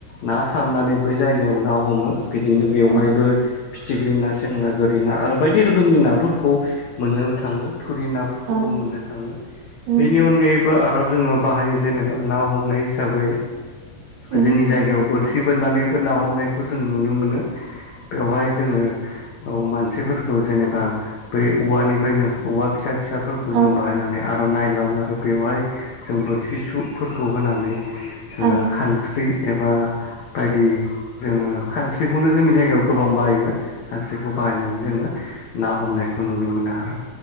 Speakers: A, on the left; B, on the right.
A: ना सारनानै बै जायगायाव ना हमो बिदिनो बेवहायबो
B: उम
A: फिथिख्रि ना सें ना गोरि ना आरो बायदि रोखोमनि नाफोरखौ मोननो थाङो थुरि नाफोरखौबो
B: औ
A: मोननो थाङो
B: उम
A: बेनि अनगायै आरो जोङो बाहायो जेनेबा ना हमनाय हिसाबै
B: उम
A: जोंनि जायगायाव बो सि बोननानैबो ना हमनायखौ खौ जों नुनो मोनो बेवहाय जोङो औ मानसिफोरखौ जेनेबा बै औवानिफ्रायनो औवा फिसा फिसाफोरखौ
B: औ
A: जों बाहायनानै आर' नायलन आरो बेवहाय जों बोरसि सुफोरखौ होनानै जोङो
B: औ औ
A: खानस्रि एबा बायदि जोङो खानस्रिखौनो जोंनि जायगायाव गोबां बाहायो खानस्रिखौ बाहायनानै जोङो ना हमनायखौ नुनो मोनो आरो